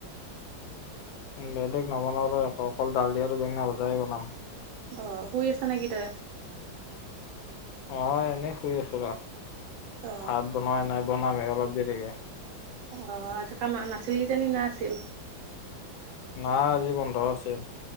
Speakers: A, on the left; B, on the right.
A: উ বেলেগ নবনাও আৌ অকল দালি আৰু বেঙেনা ভজাই বনাম।
B: অ শুই আছা নেকি তই?
A: অ এনেই শুই আছো ৰ
B: অ
A: ভাত বনোৱাই নাই বনামে অলপ দেৰিকে।
B: আহ আজি কাম অহা নাছিলে যে জানি না আছিল।
A: নাই আজি বন্ধ আছিল।